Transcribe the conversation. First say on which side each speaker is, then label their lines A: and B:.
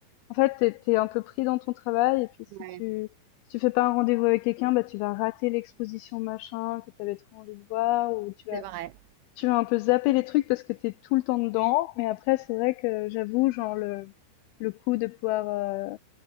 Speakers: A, on the left; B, on the right.
A: En fait, t'es es, un peu pris dans ton travail et puis si
B: Ouais,
A: tu si tu fais pas un rendez-vous avec quelqu'un, bah tu vas rater l'exposition machin que t'avais trop envie de voir ou tu vas
B: c'est vrai.
A: tu vas un peu zapper les trucs parce que t'es tout le temps dedans. Mais après, c'est vrai que j'avoue, genre le le coup de pouvoir euh,